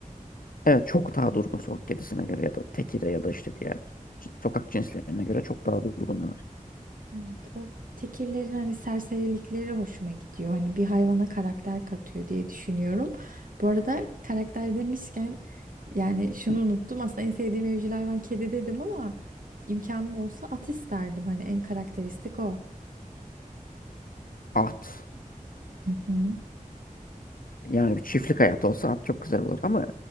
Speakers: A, on the left (about 85°); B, on the right (about 75°).
A: Evet çok daha durgun sokak kedisine göre ya da tekire ya da işte diğer sokak cinslerine göre çok daha durgunlar.
B: Evet, o tekirlerin hani serserilikleri hoşuma gidiyor. Hani bir hayvana karakter katıyor diye düşünüyorum. Bu arada karakter demişken yani şunu
A: Hı.
B: unuttum. Aslında en sevdiğim evcil hayvan kedi dedim ama imkanım olsa at isterdim. Hani en karakteristik o.
A: At.
B: Hı hı.
A: Yani bir çiftlik hayatı olsa at çok güzel olur ama